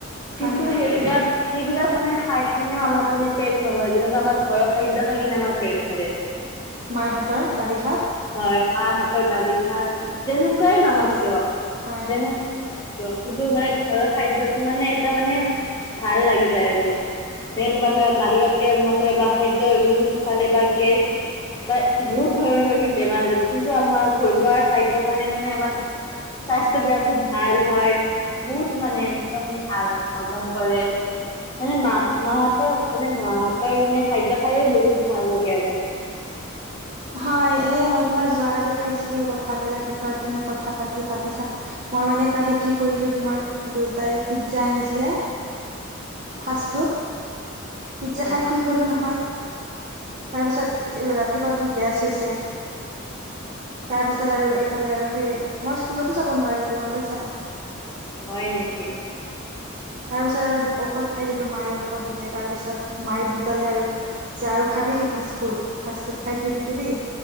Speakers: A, on the left; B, on the right.
A: কিন্তু
B: হয় হয়
A: সেইবিলাক- সেইবিলাক মানে খাই কিনেও আমাৰ মানে পেট নভৰে, যেনেকুৱা আমাৰ ঘৰৰ খাদ্য খাই কিনে আমাৰ পেট ভৰে। <inaudible>
B: মাৰ হাতৰ, দালি ভাত।
A: হয়, মাৰ হাতৰ দালি ভাত, যেনেকুৱাই নহওঁক
B: চব্জি
A: কিয়?
B: হয়
A: যেনো-
B: হয়
A: কিয়? কিন্তু, মানে ঘৰৰ খাদ্যটো মানে এটা মানে ভাল লাগি যায় আৰু। যেনে তোমাৰ ধৰা, বাহিৰত তেল মচলা বা খাদ্য ৰোজ খালে বা গেছ- বা বহুত ধৰণ কিবা কিবি বেমাৰ হৈ যাব, কিন্তু আমাৰ ঘৰুৱা খাদ্য খালে মানে আমাৰ- স্বাস্থ্য বিলাক খুব ভাল হয় বহুত মানে একদম- ভাল হজম কৰে। মানে মা মাহতৰ মানে মা হাতৰ মানে খাদ্য খাইয়ে বহুত ভাল লাগে আৰু।
B: হয়, এ মই তোমাৰ যোৱাকালি খাইছিলো ৰবা ভাল এটা বিষয়ত তুমি কথা পাতি পাতিছা। মই মানে কালি কি কৰিলো তোমাৰ দেউতাই পিজ্জা আনিছিলে-
A: <inaudible>
B: ফাষ্ট ফুড, পিজ্জা
A: অ
B: খাই শুই গ'লো নহয়। তাৰপিছত ৰাতিপুৱা উঠি গেছ হৈছে। তাৰ পিছত আৰু এইফালে আৰু সেই মই স্কুলতো যাব নোৱাৰিলো, গম পাইছা?
A: হয় নেকি?
B: তাৰ পিছত আৰু ঔষধ খাই দিলো মায়ে ঔষধ দিলে তাৰ পিছত, মায়ে বুজালে আৰু। যে আৰু খাবি ফাষ্ট ফুড, ফাষ্ট ফুড খাই শুই থাকিবি।